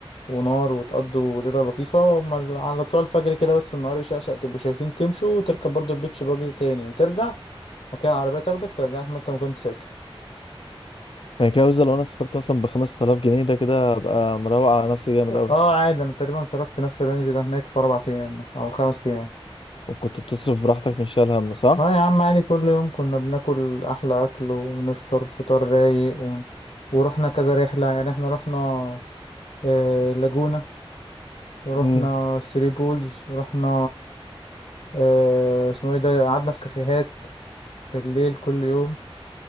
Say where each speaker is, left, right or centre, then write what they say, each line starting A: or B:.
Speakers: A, on the left; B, on the left.
A: ونار وتقضوا ليلة لطيفة وما- على طلوع الفجر كده بس النهار يشقشق تبقوا شايفين تمشوا وتركب برضو البيتش باجي تاني وترجع بعد كده العربية تاخدك ترجعك ما أنت ما كنت ساكن
B: يعني كده مثلا لو انا سافرت مثلا ب 5000 جنيه ده كده ابقى مروق على نفسي جامد قوي
A: اه عادي أنا تقريبا صرفت نفس الرينج ده هناك في أربع أيام مثلاً أو خمس أيام
B: وكنت بتصرف براحتك مش شايل هم صح
A: اه يا عم عادي كل يوم كنا بناكل احلى اكل ونفطر فطار رايق ون... ورحنا كذا رحلة يعني احنا رحنا آه لاجونا ورحنا
B: امم
A: ثري بولز ورحنا آه اسمه ايه ده قعدنا في كافيهات بالليل كل يوم